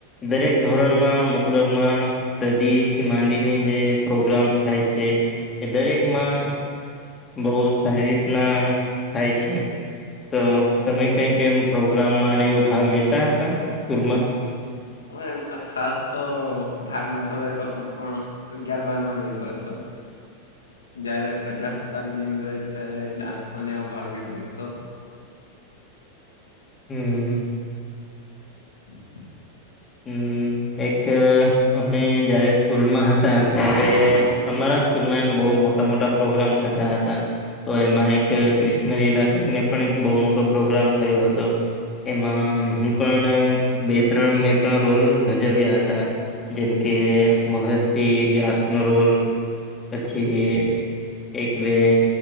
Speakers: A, on the left (about 20°); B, on the left (about 75°).
A: દરેક ધોરણમાં મતલબમાં. સ્ટડીથી માંડીને જે પ્રોગ્રામ્સ થાય છે એ દરેકમાં. બહુ સારી રીતના થાય છે. તો તમે કઈક એમ પ્રોગ્રામમાં અને એવું ભાગ લેતા હતા સ્કૂલમાં.
B: હ એમ તો ખાસ તો ભાગ નતો લેતો હોતો પણ. અગિયાર બાર માં લીધો હતો. જયારે પ્રજાસતાક દિન રહે ત્યારે ડાન્સ માંનેવો ભાગ લીધો હતો.
A: હમ્મ
B: <inaudible>
A: હમ એક અમે જારે સ્કૂલમાં હતા ત્યારે અમારા. એમ બહુ મોટા મોટા પ્રોગ્રામ થતા હતા. તો એમાં એક ક્રિશ્ન ઈલા કરીને પણ એક બહુ મોટો પ્રોગ્રામ થયો હતો. એમાં હું પણ બે ત્રણ મે. રોલ ભજવ્યા હતા જેમ કે મહર્ષિ વ્યાસ નો રોલ. પછી એક બે.